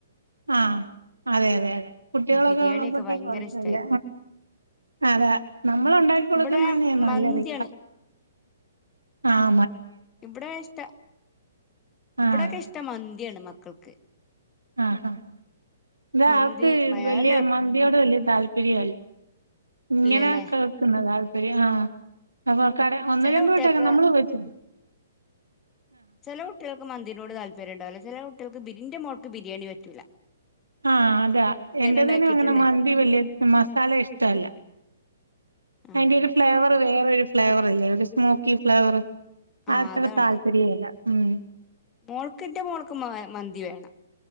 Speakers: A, on the right (about 85°); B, on the left (about 20°).
A: ആഹ അതെ അതെ അതെ കുട്ടികളൊക്കെ
B: ബിരിയാണിയൊക്കെ
A: ഉള്ളപ്പോഴേ
B: ഭയങ്കര
A: കുഴപ്പില്ല
B: ഇഷ്ടായിരിക്കും
A: അതാ നമ്മൾ ഉണ്ടാക്കി കൊടുക്കുന്നന്നെ
B: ഇവിടെ
A: നല്ലത്
B: മന്തിയാണ്
A: ആഹ
B: ഇവിടെ ഇഷ്ട ഇവിടെക്കെ
A: ആഹ്
B: ഇഷ്ട മന്ത് ഇയാണ് മക്കക്ക്
A: ആഹ് ആ ഇതാ
B: മന്തി
A: ആക്ക്
B: മലയാളികൾ
A: വലിയ മന്തിയോട് വല്യ താൽപര്യല് ഇങ്ങനെ
B: ഇല്ലല്ലേ
A: കേക്ണ്ടല്ലേ ആ ഒരു ആഹ് നമ കട ഒന്ന്
B: ചില
A: രണ്ട്
B: കുട്ടികൾക്ക്
A: വട്ടക്കെ നമ്മള് വച്ചിട്ട്
B: ചെല ഉട്ടിയ മന്തിനോട് താല്പര്യംണ്ടാവില്ല ചില കുട്ടികൾക്ക് ബിരി ൻ്റെ മോൾക്ക് ബിരിയാണി പറ്റൂല്ല
A: ആഹ് അതാ എൻ്റെ
B: ഉണ്ടാക്കിയിട്ടുണ്ട്
A: പിന്നെ അങ്ങനെ മന്തി വല്യ മസാല ഇഷ്ടല്ല
B: ആ
A: അയിന്റെ ഒരു ഫ്ലേവർ വേറെരു ഫ്ലേവർ അല്ലേ ഒരു സ്മോക്കി ഫ്ലേവർ
B: ആ
A: ആത്ര
B: അതാണ്
A: താപര്യ ഇല്ല ഉം
B: മോൾക്കിന്റെ മോൾക്ക് മ മന്തി വേണം